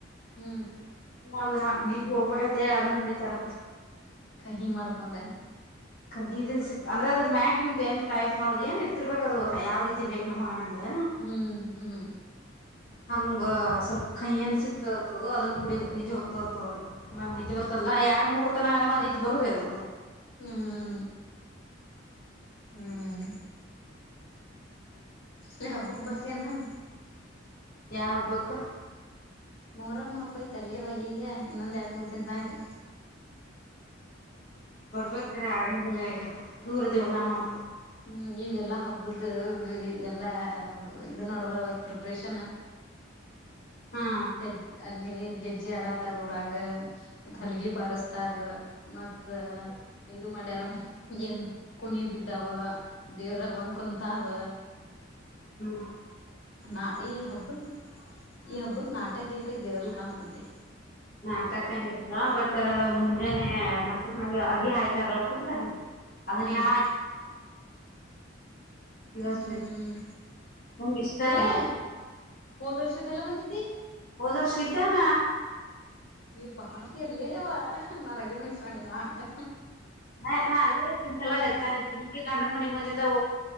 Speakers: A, on the left; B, on the left.
A: ಹ್ಮ್
B: ಒಂದ ನಿದ್ದು ಹೋಗ್ಬೇಕತ್ತ ಹೇಳಿ ಅದನ್ ಕಡಿತಾರೆ
A: ಕಹಿ ಮಾಡ್ಕೊಂಡೆ
B: ಕಾಹಿದೆ ಸಿಕ್ತ್ ಅಂದ್ರೆ ಅದ್ರ ಮ್ಯಾಂಗ ಹಿಂಗ ನ್ ಟೈಪ್ ಮಾಡೋದು ಏನ್ ಇರ್ತಿರ್ಬೇಕಕ್ ಅದು ಯಾವ ರೀತಿ ಬೇಕ್ ನಮ್ಗ ಅಂಗ
A: ಹ್ಮ್ ಹ್ಮ್
B: ಹಂಗ ಸ್ವಲ್ಪ ಕೈಯ್ಯನ್ ಸಿಕ್ತತದ ಅದನ್ ಕುಡಿದು ನಿದ್ದಿ ಹೋಗ್ತತ ಮ ನಿದ್ದಿ ಬರ್ತಲ್ಲ ಎರಡು ಮೂರರ್ತನ ಆಗಣ ನಿದ್ದೆ ಬರುದ ಅವರು
A: ಹ್ಮ್ ಹ್ಮ್ ಲೆ ಹಬ್ಬಕ್ ಬರ್ತೇಹೇನಾ
B: ಯಾವ ಹಬ್ಬಕ್ಕ
A: ಮೊರಮ್ಮ ಹಬ್ಬ ಐತಲ್ಲೇವ ಈಗ ಇನ್ನೊಂದ್ ಎರಡ್ ಮೂರ್ ದಿನದಾಗೆ
B: ಬರ್ಬೇಕರೀ ಆಗೆಲ್ಲಗೆ ದೂರ ಇದೇವಲ್ಲಾ ನಾವು
A: ಹ್ಮ್ ಈಗಲ್ಲಾ ಹಬ್ಬ್ದ ಎಲ್ಲಾ ಇದು ನೆಡೆದವ ಪ್ರಿಪ್ರೇಷನ್
B: ಹಾ
A: ಹೆ ಅಲ್ಲಿ ಹೇಗೆ ಗೆಜ್ಜೆ ಆಡತಾರ ಊರಾಗ ಹಲಗಿ ಬಾರಸ್ತಾರ ಮತ್ತ ಇದು ಮಾಡ್ಯಾರ ಏನ್ ಕುಣಿ ಬಿದ್ದಾವ ದೇವ್ರ ಬಂದ್ ಕುಂತಾವ
B: ಹಾ
A: ನಾ ಈ ಹಬ್ಬದ ಈ ಹಬ್ಬಕ್ ನಾಟಕ ಗೀಟಕ್ ಇರಲ್ ಕಾಣಂತತಿ
B: ನಾಟಕ ಇರಲ್ಲ ಬಟ್ ಮುಂದ ನಸಕ್ನಾಗ ಅಗಿ ಆಯ್ತಾರ ಗೊತ್ತನಿ ಅದನ್
A: ಹ್ಮ್
B: ಯ ಇವಸ್
A: ಹ್ಮ್
B: ಮಿಸ್ ನಂಗೆ ಇಷ್ಟ
A: ಕರೆ
B: ಅದು
A: ಹೋದರ್ಷದೆ ಎಲ್ಲ ಬಂದಿದ್ದಿ
B: ಹೋದವರ್ಷ ಇದ್ದಾನ
A: ಹೇ ಬರಿಲೆ ಅವ ನಾನೀಗ್ ಮಿಸ್ ಮಾಡೇನ್ವಾ ಹಂಗ
B: ಹ ನಾ ಅಲ್ಲೇ ಇರ್ತಿದಲ್ಲ ಹತ್ತು ಹನ್ನೆರಡು ದಿನಕೆ ಗಂಡನ ಮನಿಗೆ ಬಂದಿದ್ರೆ